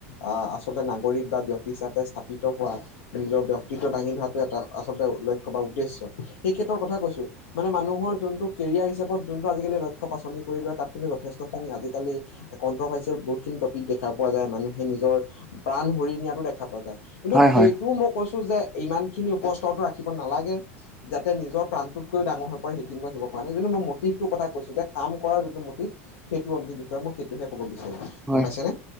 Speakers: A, on the left (about 70°); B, in the centre.
A: আহ আচলতে নাগৰিক বা ব্যক্তি হিচাপে স্থাপিত হোৱা৷ নিজৰ ব্যক্তিত দাঙি ধৰাটো এটা আচলতে লক্ষ্য বা উদ্দেশ্য সেই ক্ষেত্ৰৰ কথা কৈছো৷ মানে মানুহৰ যোনটো কেৰিয়াৰ হিচাপত যোনটো আজিকালি লক্ষ্য বাছনি কৰি লয় তাত কিন্তু যথেষ্টখিনি আজিকালি কনট্ৰভাৰ্চিয়েল বহুত খিনি টপিক দেখা পোৱা যায় মানুহে নিজৰ প্ৰাণ হৰি নিয়াতো দেখা পোৱা যায়৷ কিন্তু
B: হয়,
A: সেইটোও
B: হয়, হয়,
A: মই কৈছো যে ইমান খিনি উপস্থৰ ৰাখিব নালাগে৷ যাতে নিজৰ প্ৰাণতকৈও ডাঙৰ হৈ পৰে সেইখিনি শিকিব পৰা নাই যোনটো মই মটিভটোৰ কথা কৈছো যে কাম কৰাৰ যোনটো মটিভ সেইটো অনলি বিষয় মই সেইটোহে কব বিচাৰিম
B: হয়,
A: গম পাইছা নে